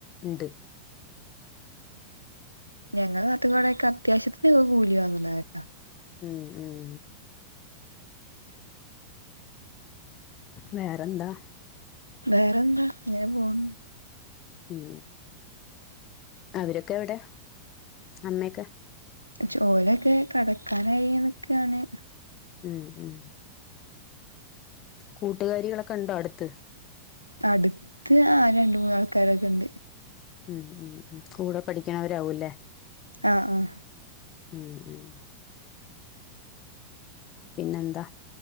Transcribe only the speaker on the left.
ഉണ്ട്
ഉം ഉം വേറെന്താ
ഉം അവരൊക്കെ എവിടെ അമ്മയൊക്കെ
ഉം ഉം കൂട്ടുകാരികളൊക്കെ ഉണ്ടോ അടുത്ത്
ഉം ഉം ഉം കൂടെ പഠിക്കണവരാവൂല്ലേ
ഉം ഉം പിന്നെന്താ